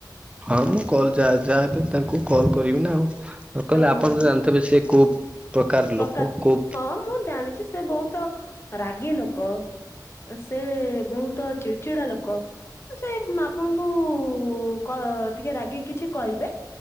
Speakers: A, on the right; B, on the left.
A: ହଁ, ମୁଁ କଲ ଯା ଯାହାବି ହେଲେ ତାଙ୍କୁ କଲ କରିବି ନା ଆଉ। ଅଙ୍କଲ!
B: ହଁ
A: ଆପଣ ତ ଜାଣିଥିବେ ସିଏ କୋଉ
B: ପ୍ରକାର
A: ଲୋକ କୋଉ
B: ହଁ, ମୁଁ ଜାଣିଛି ସେ ବହୁତ ତ ରାଗି ଲୋକ ଅ ସେ ସେ ବହୁତ ଚିଡ୍‌ ଚିଡା ଲୋକ । ସେ ମା ଆପଣଙ୍କୁ -ଉ କ ଟିକେ ରାଗିକି କିଛି କହିବେ?